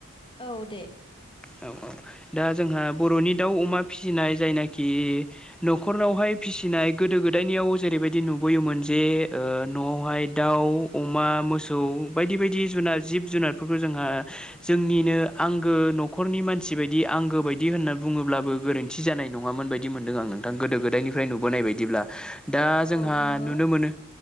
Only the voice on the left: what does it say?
औ दे
औ नंगौ